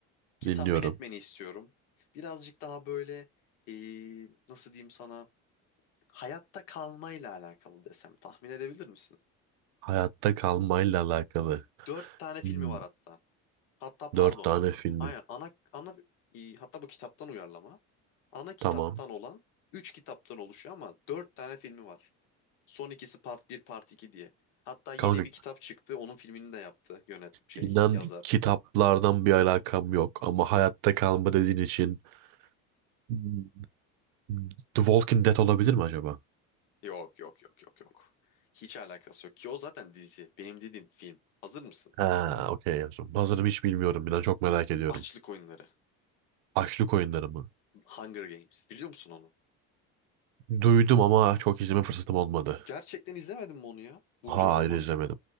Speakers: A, on the left (about 75°); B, on the right (about 80°).
A: Ki
B: Dinliyorum.
A: tahmin etmeni istiyorum. Birazcık daha böyle eee, nasıl diyeyim sana hayatta kalmayla alakalı desem tahmin edebilir misin?
B: Hayatta kalmayla alakalı.
A: Dört tane filmi
B: Hmm,
A: var hatta. Hatta pardon.
B: Dört tane filmi.
A: Aynen ana, ana eee, hatta bu kitaptan uyarlama. Ana kitaptan
B: Tamam.
A: olan üç kitaptan oluşuyor ama dört tane filmi var. Son ikisi part bir part 2 diye. Hatta yeni
B: Kanka
A: bir kitap çıktı. Onun filmini de yaptı yönet şey
B: inan
A: yazar.
B: kitaplardan bir alakam yok ama hayatta kalma dediğin için hmm, The Walking Dead olabilir mi acaba?
A: Yok yok yok yok yok. Hiç alakası yok ki o zaten dizi. Benim dediğim film. Hazır mısın?
B: Ha, okey. yazdım. Hazırım hiç bilmiyorum. İnan çok merak ediyorum.
A: Açlık Oyunları.
B: Açlık oyunları mı?
A: Hunger Games. Biliyor musun onu?
B: Duydum ama çok izleme fırsatım olmadı.
A: Gerçekten izlemedin mi onu ya? Bunca
B: Hayır
A: zaman.
B: izlemedim.